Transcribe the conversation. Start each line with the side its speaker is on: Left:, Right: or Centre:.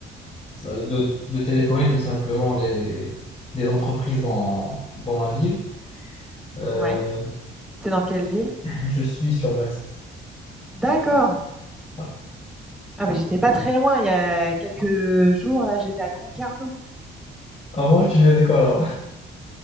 Left: de, de- de téléphoner tout simplement les, les entreprises dans, dans ma ville Euh,
Centre: Ouais. T'es dans quelle ville?
Left: je suis sur Brest.
Centre: D'accord.
Left: Ouais.
Centre: Ah bah, j'étais pas très loin, il y a quelques jours, là, j'étais à Concarneau.
Left: Avant, tu faisais quoi là?